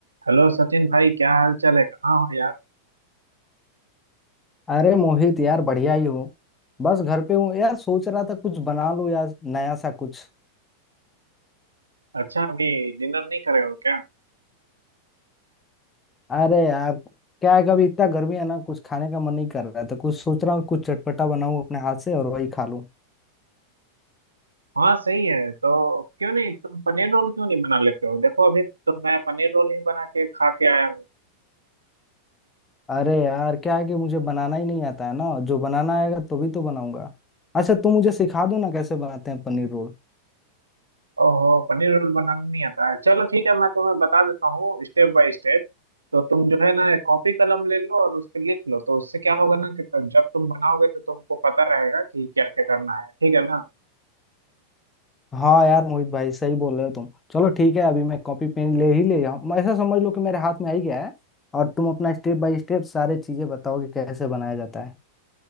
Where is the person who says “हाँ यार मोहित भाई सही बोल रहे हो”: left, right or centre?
Left